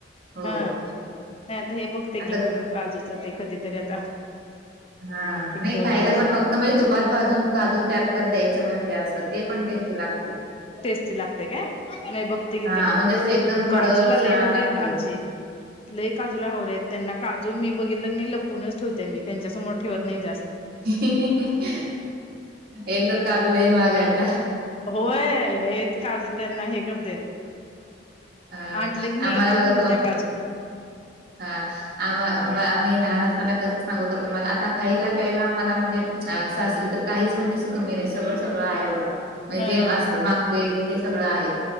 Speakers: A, on the right; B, on the left.
A: हो
B: हा, नाहीत हे बघ कि
A: आता
B: करून काजूच ते कधीतरी आता.
A: हा नाही
B: एक दोन
A: खायला
B: दिवसात
A: पण फक्त म्हणजे तुपात भाजून काजू चार चार द्याय च म्हणजे असं ते पण टेस्टी लागते.
B: टेस्टी लागते काय, नही बघते
A: हा
B: किती पण
A: म्हणजे असं एकदम
B: काजूला
A: कडक
B: लई
A: छान
B: हवरे
A: लागत
B: आहेत आमची. लई काजूला हावरेत त्यांना का जु मी बघितल क नाही लपूनच ठेवतेय, मी त्यांच्यासमोर ठेवत नाही जास्त.
A: एक तर काजू लई महाग आहे आता.
B: होय लयिच काजु त्यांना हे करतेेत.
A: हा
B: आण्टलं की मी
A: आम्हाला
B: लपवून
A: बघा
B: ठेवत्या
A: तो
B: काजू.
A: हा आम आम्ही लहान असताना तसच सांगु का तुम्हाला आता खायला प्यायला मला म्हणजे सासरी तर काहीच म्हणजे असं कमी नाही, सगळं सगळं आहे बघा म्हणज
B: हा
A: जे मा
B: हा
A: मागते ते सगळं आहे,